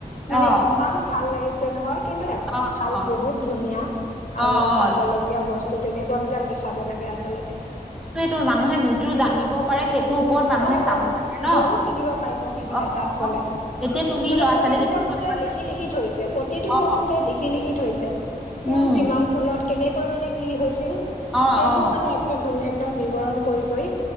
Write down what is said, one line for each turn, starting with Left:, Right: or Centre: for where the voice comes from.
Left: মানে,
Centre: অ',
Left: ইমান ভাল লাগিছে নহয়! কিন্তু,
Centre: অ',
Left: ভাল
Centre: অ',
Left: বহুত ধুনীয়া!
Centre: অ',
Left: আৰু চাবলগীয়া
Centre: অ',
Left: বস্তু, তেনেকুৱা বিলাক দেখাব লাগে আচলতে।
Centre: সেইটোৱেটো! মানুহে যিটো জানিব। পাৰে সেইটোৰ ওপৰত মানুহে
Left: অ'
Centre: চাব
Left: অ'!
Centre: লাগে ন
Left: বহুত শিকিব পাৰিব, সিহঁতে
Centre: অ
Left: তাত গ'লে।
Centre: এতিয়া তুমি
Left: মানে,
Centre: ল'ৰা
Left: প্ৰতিটো
Centre: ছোৱালী কেইটা
Left: বস্তুতে, লিখি লিখি থৈছে, প্ৰতিটো
Centre: অ
Left: বস্তুতে, লিখি লিখি থৈছে। কোন,
Centre: উম
Left: কিমান চনত? কেনেকৈ মানে, কি হৈছিল?
Centre: অ
Left: সেইবোৰ
Centre: অ
Left: মানে <unintelligible> একদম বিৱৰণ কৰি কৰি